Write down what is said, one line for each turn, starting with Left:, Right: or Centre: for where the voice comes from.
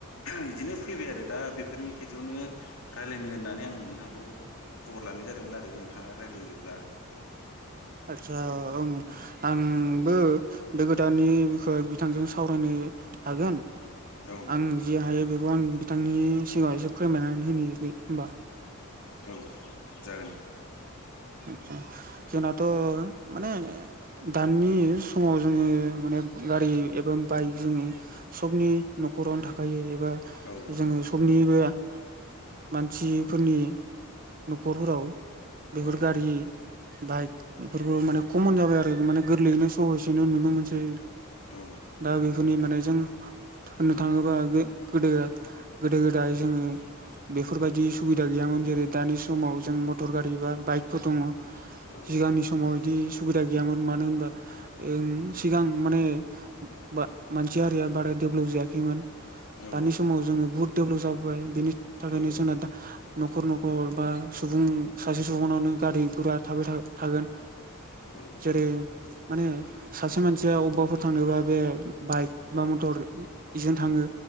Left: बिदिनो फैबाय आरो दा बेफोरनि खेथ्रआवनो राय्लायनो होननानै आं नोंथांखौ खबर लानाय जादोंमोन आरो नोंथाङा रायलायोब्ला
Right: आदसा औ आंबो
Left: औ
Right: बे गोदाननि बिखय बिथांजों सावरायनो हागोन
Left: औ
Right: आं जे हायो बेखौ आं बिथांनि सिगाङाव एसे फोरमायनानै होनो होमबा
Left: औ जागोन
Right: आतसा जोंनाथ' माने दानि समाव जोङो माने गारि एबा बाइक जोंनि सबनि न'खरावनो था । खायो एबा
Left: औ
Right: जोङो समनिबो । मानसिफोरनि न'खरफोराव बेफोर
Left: औ
Right: गारि। बाइक बेफोरबो माने कमन जाबाय आरो माने गोरलैयैनो सहसयैनो नुनो मोनसै।
Left: औ
Right: दा बेफोरनि माने जों । होननो थाङोबा गोदो गोदो गोदाय जोङो । बेफोरबायदि सुबिदा गैयामोन जेरै दानि समाव जों मटर गारि एबा। बाइकफोर दङ
Left: औ
Right: सिगांनि समाव बिदि। सुबिदा गैयामोन मानो होनब्ला सिगां माने बा मानसि हारिया बादाय। डेभलप जायाखैमोन
Left: औ
Right: दानि समाव जोङो बहुत डेभलप जाबोबाय बेनि थाखायनो
Left: औ
Right: जोंना दा न'खर न'खर बा सुबुं सासे सुबुंनावनोगारि गुरा थाबाय थागोन
Left: औ
Right: जेरै माने सासे मानसिया अबाफोर थांनोबा बे बाइक बा मटरजों इजों थाङो